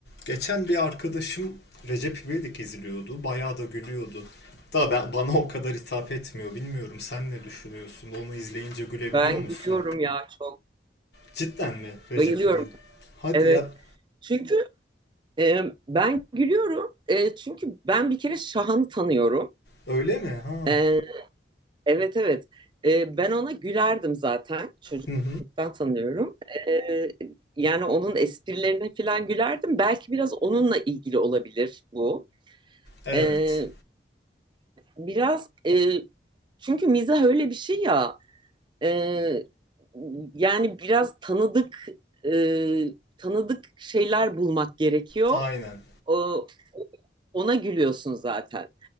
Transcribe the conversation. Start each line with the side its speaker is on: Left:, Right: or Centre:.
Left: Geçen bir arkadaşım Recep İvedik izliyordu. Bayağı da gülüyordu. Da ben, bana o kadar hitap etmiyor. Bilmiyorum sen ne düşünüyorsun? Onu izleyince gülebiliyor
Right: Ben
Left: musun?
Right: gülüyorum ya çok.
Left: Cidden mi Recep
Right: Bayılıyorum.
Left: İvedik? Hadi
Right: Evet.
Left: yap.
Right: Çünkü e, ben gülüyorum. E, çünkü ben bir kere Şahan'ı tanıyorum.
Left: Öyle mi? Ha.
Right: E, evet evet. E, ben ona gülerdim zaten. Çocukluktan
Left: Hı hı.
Right: tanıyorum. E, yani onun esprilerine falan gülerdim. Belki biraz onunla ilgili olabilir bu.
Left: Evet.
Right: E, biraz e, çünkü mizah öyle bir şey ya. Ee, yani biraz tanıdık e, tanıdık şeyler bulmak gerekiyor.
Left: Aynen.
Right: O- ona gülüyorsun zaten.